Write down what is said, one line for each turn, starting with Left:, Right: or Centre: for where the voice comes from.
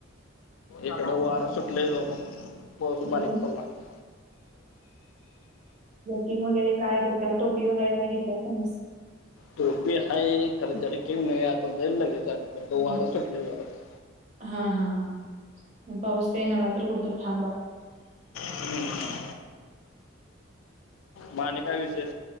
Left: इकड वार सुटलय जोरात. थोडासा
Right: सुटलंय
Left: बारीक चालू पडला.
Right: किंग वगैरे काय डोक्याला टोपी वगैरे काय घेतलास <unintelligible>
Left: टोपी हाय खरं जर्किंग नाही आता जाईल लगेच <unintelligible>
Right: हम्म.
Left: वारा सुटलय जोरात.
Right: हा हा हा पाऊस येणार आता कुठतरी थांबा.
Left: <inaudible> मा आणि काय विशेष?